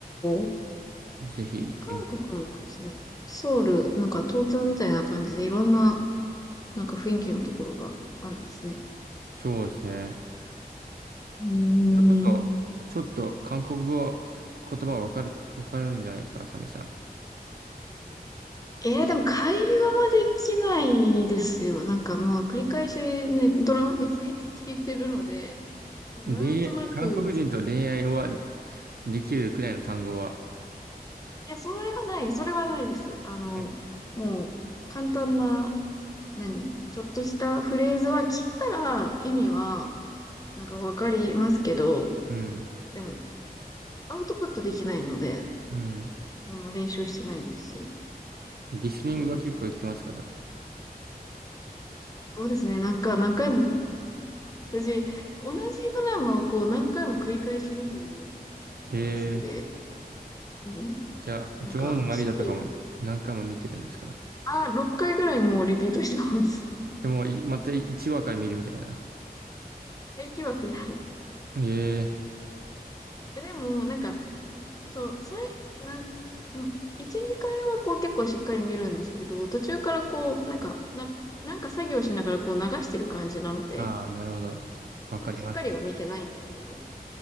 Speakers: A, on the left; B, on the right.
A: ー。
B: ぜひ行ってみて。
A: 韓国もですね、ソウル、なんか東京みたいな感じでいろんななんか雰囲気のところがあるんですね。
B: そうですね。
A: うーん。
B: それこそ、ちょっと韓国語、言葉わかる、わかるんじゃないですか、あさみさ
A: えー、でも会話はできないですよ。なんかもう繰り返しね、ドラマ見すぎて聞いてるので、まあなんとなく、
B: ん。恋愛、韓国人と恋愛はできるくらいの単語は。
A: いや、それはない、それはないです。あの、
B: はい
A: もう、簡単な、何、ちょっとしたフレーズは聞いたら意味は、なんかわかりますけど、
B: うん。
A: でも、アウトプットできないので、
B: うん。
A: そんな練習してないですし、
B: リスニングは結構言ってますか、
A: うん
B: でも。
A: そうですね、なんか何回も私、同じドラマをこう何回も繰り返し見るのが好きで、
B: ええ
A: うん。
B: じゃあ、女王の涙とかも何回も見てるんですか。
A: なんか、種類を、あ、6回ぐらいもうリピートしてます。
B: でも、いまた1話から見るみたいな。
A: <laughs> 1話くらい
B: ええ
A: <laughs> え、でも、なんか、そう、さい、なん、もう1、2回はこう結構しっかり見るんですけど、途中からこう、なんか、な、なんか作業しながらこう流してる感じなので、
B: ああ、なるほど。わかります。
A: あんまりしっかりは見てないんですけど、